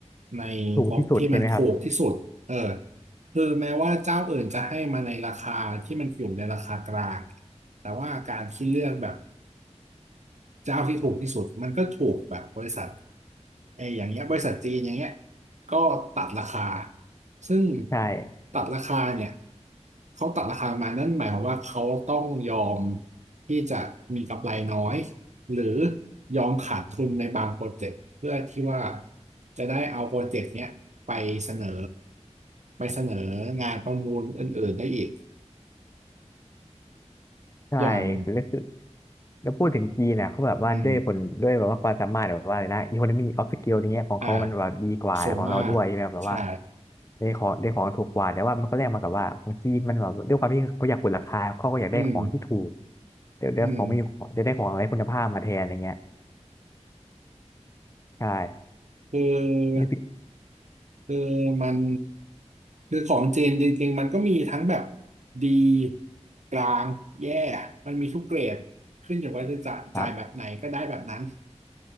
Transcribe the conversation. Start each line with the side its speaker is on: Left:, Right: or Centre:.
Right: ในงบที่มันถูกที่สุดเออ
Left: ถูกที่สุดใช่ไหมครับ
Right: คือแม้ว่าเจ้าอื่นจะให้มาในราคาที่มันอยู่ในราคากลางแต่ว่าการที่เลือกแบบ เจ้าที่ถูกที่สุดมันก็ถูกแบบบริษัทไอ้อย่างเงี้ยบริษัทจีนอย่างเงี้ยก็ตัดราคาซึ่ง
Left: ใช่
Right: ตัดราคาเนี่ยเขาตัดราคามานั่นหมายความว่าเขาต้องยอมที่จะมีกำไรน้อยหรือยอมขาดทุนในบางโปรเจกต์เพื่อที่ว่าจะได้เอาโปรเจกต์เนี้ยไปเสนอไปเสนองานประมูลอื่นๆได้อีก
Left: ใช่
Right: อย่าง
Left: แล้วคือ แล้วพูดถึงจีนเนี่ยเขาแบบว่าด้วยผลด้วยแบบว่าความสามารถแบบว่าอะไรนะ
Right: อืม
Left: economy of skill อย่างเงี้ยของเขามันแบบดีกว่าของเราด้วยใช่ไหมแบบว่า
Right: อ่าโสมากใช่
Left: ได้ของได้ของถูกกว่าแต่ว่ามันก็แลกมากับว่าของจีนมันแบบด้วยความที่เขาอยากกดราคาเขาก็อยากได้ของที่ถูก
Right: อืม
Left: เดี๋ยวได้ของไม่มีของเดี๋ยวได้ของอะไรคุณภาพมาแทนอะไรเงี้ย
Right: อืม
Left: ใช่
Right: คื
Left: นี่พี่
Right: อคือมันคือของจีนจริงๆมันก็มีทั้งแบบดีกลางแย่มันมีทุกเกรดขึ้นอยู่ว่าจะจ่ายจ่ายแบบไหนก็ได้แบบนั้น
Left: ครับ